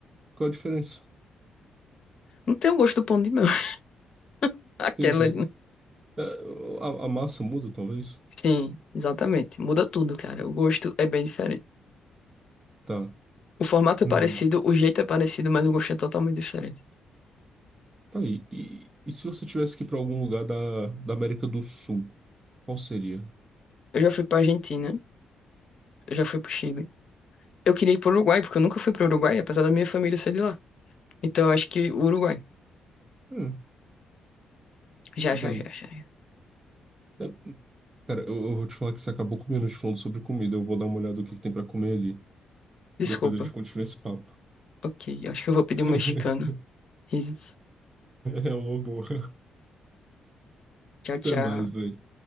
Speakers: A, on the right; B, on the left.
A: Qual a diferença?
B: Não tem o gosto do pão de mel. <laughs> Aquela.
A: Entendi.
B: né?
A: É, a, a massa muda, talvez?
B: Sim, exatamente. Muda tudo, cara. O gosto é bem diferente.
A: Tá.
B: O formato é
A: Hum.
B: parecido, o jeito é parecido, mas o gosto é totalmente diferente.
A: Tá aí. E, e se você tivesse que ir para algum lugar da, da América do Sul, qual seria?
B: Eu já fui pra Argentina, eu já fui pro Chile. Eu queria ir pro Uruguai, porque eu nunca fui pro Uruguai, apesar da minha família ser de lá. Então eu acho que o Uruguai.
A: Hum,
B: Já,
A: bem.
B: já, já, já. já.
A: é- cara, eu, eu vou te falar que você acabou com minuto falando sobre comida. Eu vou dar uma olhada no que que tem para comer ali.
B: Desculpa.
A: Depois a gente continua esse papo.
B: Ok, eu acho que eu vou pedir
A: <laughs>
B: um mexicano. Risos.
A: É uma boa.
B: Tchau, tchau.
A: Até mais, velho.